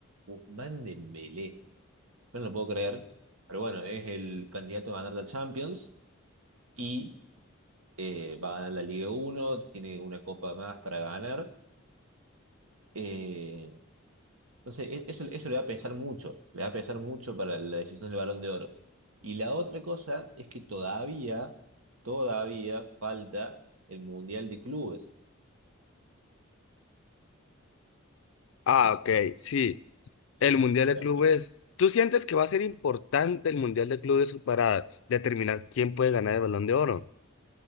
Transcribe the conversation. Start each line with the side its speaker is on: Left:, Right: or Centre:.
Right: Ousmane Dembélé. Yo no lo puedo creer, pero bueno, es el candidato a ganar la Champions. Y eh, va a ganar la Liga 1, tiene una copa más para ganar. eh, entonces, e- eso, eso le va a pesar mucho, le va a pesar mucho para la decisión del Balón de Oro. Y la otra cosa es que todavía, todavía falta el Mundial de Clubes,
Left: Ah,
Right: que
Left: ok, sí.
Right: se
Left: El
Right: juega
Left: Mundial de
Right: este
Left: Clubes.
Right: año.
Left: ¿Tú sientes que va a ser importante el Mundial de Clubes para determinar quién puede ganar el Balón de Oro?